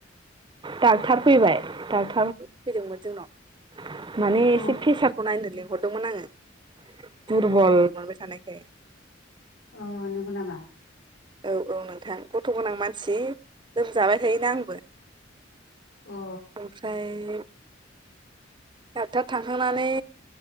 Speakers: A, on the right; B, on the left.
A: डाक्टार फैबाय डक्टार फैदोंमोन जोंनाव माने एसे
B: अ
A: फेसारखौ नायनो लिंहरदोंमोन आङो। दुरबल
B: अ
A: मार बेसानोख
B: अ नंगौ नामा?
A: औ औ नोंथां गथ' गोनां मानसि जाबाय थायोना आंबो,
B: अ औ
A: ओमफ्राय डक्टार थांखांनानै